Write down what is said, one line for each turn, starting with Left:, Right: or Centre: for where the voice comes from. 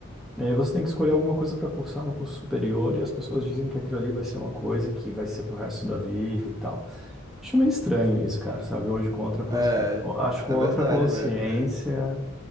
Centre: E aí você tem que escolher alguma coisa para cursar no curso superior e as pessoas dizem que aquilo ali vai ser uma coisa que vai ser pro resto da vida e tal. Acho meio estranho isso, cara, sabe? Hoje com outra consciência,
Right: É,
Centre: acho com
Right: é
Centre: outra
Right: verdade
Centre: consciência,
Right: mesmo. É,